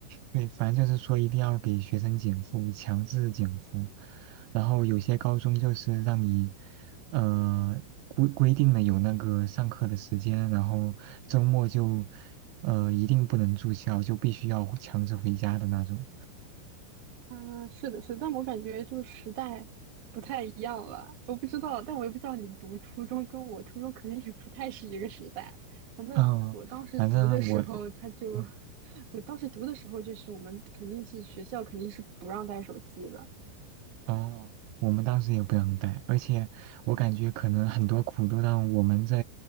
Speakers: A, on the right (about 85°); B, on the right (about 45°).
A: 对，反正就是说一定要给学生减负，强制减负。然后有些高中就是让你，呃，规规定了有那个上课的时间，然后周末就，呃，一定不能住校，就必须要强制回家的那种。
B: 嗯，是的，是的但我感觉就是时代不太一样了，我不知道，但我也不知道你读初中跟我初中肯定也不太是一个时代，反正我当时读的时候，
A: 嗯，反正我，
B: 他就，
A: 嗯，
B: <laughs> 我当时读的时候，就是我们肯定是学校肯定是不让带手机了。
A: 哦，我们当时也不让带，而且我感觉可能很多苦都让我们这